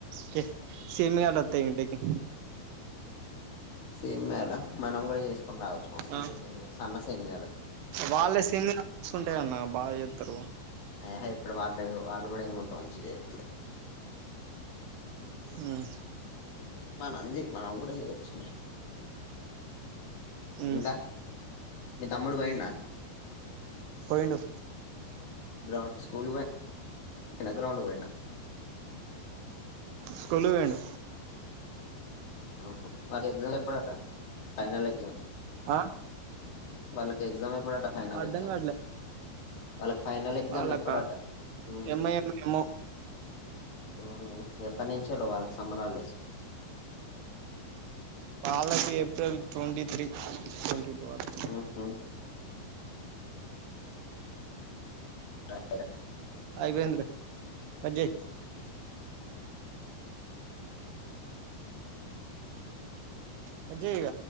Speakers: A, on the right; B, on the left.
A: కే సేమియాలోత్తాయ్ ఇంటికి
B: సేమ్య లా మనం కూడా చేస్ చ్చు కొని తాగొచ్చు మస్తుంటాయి
A: ఆ
B: సేమ్యాలు సన్న సేమ్యాలు
A: వాళ్ళ సేమియా మస్తుంటాయి అన్న బాగా చేత్తరు
B: ఆహా ఇప్పుడు వాళ్ళు వాళ్ళు కూడా ఏమంత మంచి చేయట్లే
A: హుమ్మ్
B: మ నందిీ మనం కూడా చెయ్యొచ్చులే
A: మ్మ్
B: ఇంకా మీ తమ్ముడు పొఇండా
A: పోఇండు
B: గ్రాండ్ స్కూల్ డా గ్రౌండ్ పోఇండ
A: స్కూల్ కి పోయిండు
B: ఆహ పార్గ్స్ గ్జాడ్ ఎప్పుడట ఫైనల్ ఎగ్జామ్
A: ఆ
B: వాళ్ళకి ఎగ్జామ్ ఎప్పుడాట ఫైనల్
A: అర్ధం
B: ఎగ్జామ్
A: కావట్లే
B: వాళ్ళకి ఫైనల్ ఎగ్జామ్
A: వాళ్ళకా
B: ఎప్పుడట హు
A: ఏమో ఏమో ఏమో
B: ఆ ఎప్పటి నుంచేలో వాళ్ళకి సమ్మర్ హాలీడేస్
A: వాళ్ళకి April twenty three twenty two అట్
B: ఉహు రాట్లేదా
A: అయిపోఇంది లే కట్ చెయ్ కట్ చెయ్ ఇగ